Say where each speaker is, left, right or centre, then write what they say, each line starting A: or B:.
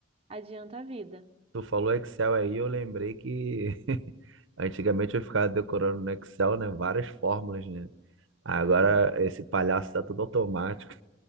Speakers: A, on the right; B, on the right.
A: adianta a vida.
B: Tu falou Excel aí, eu lembrei que <laughs> antigamente eu ficava decorando no Excel, né? Várias fórmulas, né? Agora
A: Sim.
B: esse palhaço tá tudo automático.